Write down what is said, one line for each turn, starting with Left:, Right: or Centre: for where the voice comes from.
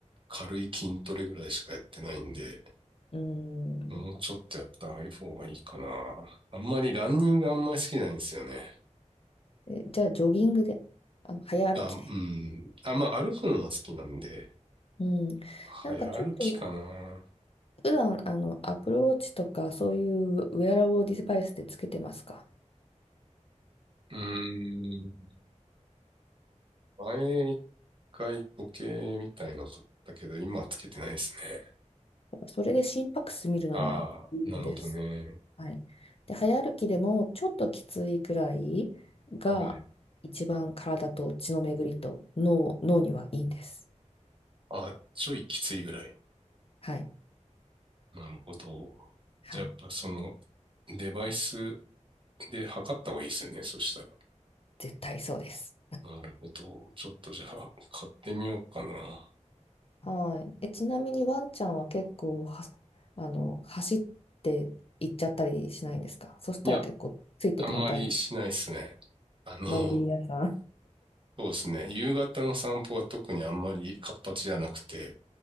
Right: 軽い筋トレぐらいしかやってないんで、
Left: うん。
Right: もうちょっとやった方がいいかな。あんまりランニングあんまり好きじゃないんですよね。
Left: えじゃあ、ジョギングで、あの、早歩きで。
Right: あ、うん。あ、まあ歩くのは好きなんで、
Left: うん、
Right: 早歩きかな。
Left: なんかちょっと普段あの Apple Watch とかそういうウェアラブルデバイスでつけてますか
Right: うーん。前一回時計みたいの買ったけど、今はつけてないですね。
Left: やっぱそれで心拍数見るのはいいのです。
Right: ああ、なるほどね。
Left: はい。で、早歩きでもちょっときついくらいが一番体と血の巡りと脳、
Right: はい。
Left: 脳にはいいんです。
Right: あ、ちょいきついぐらい。
Left: はい。
Right: なるほど。
Left: はい。
Right: じゃあやっぱそのデバイスで測った方がいいですよね。そしたら。
Left: 絶対そうです。
Right: なるほど。ちょっとじゃあ買ってみようかな。
Left: はい。え、ちなみにワンちゃんは結構は、あの、走って行っちゃったりしないんですかそしたら結構ついていくの大変です。
Right: いや、あんまりしないですね。あの、そ
Left: のんびり屋さん。
Right: うですね。夕方の散歩は特にあんまり活発じゃなくて、